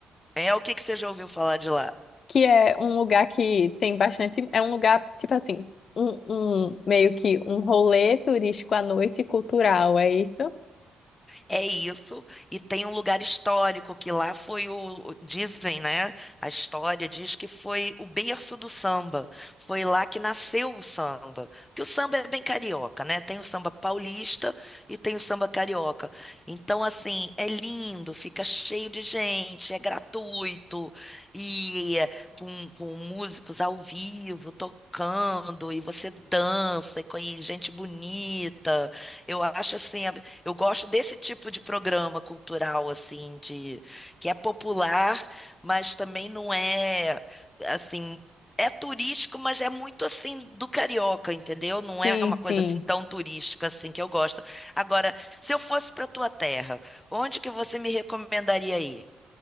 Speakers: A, on the left (about 15°); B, on the left (about 60°).
A: É o que que você já ouviu falar de lá?
B: que é um lugar que tem bastante, é um lugar tipo assim, um, um meio que um rolê turístico à noite cultural, é isso?
A: É isso, e tem um lugar histórico que lá foi o, o- dizem, né? A história diz que foi o berço do samba. Foi lá que nasceu o samba. Porque o samba é bem carioca, né? Tem o samba paulista e tem o samba carioca. Então, assim, é lindo, fica cheio de gente, é gratuito e é com, com músicos ao vivo tocando e você dança e com e gente bonita. Eu acho assim eu gosto desse tipo de programa cultural, assim, de que é popular, mas também não é assim, é turístico, mas é muito assim do carioca, entendeu? Não
B: Sim,
A: é uma
B: sim.
A: coisa assim tão turística assim que eu gosto. Agora, se eu fosse para tua terra, onde que você me recomendaria ir?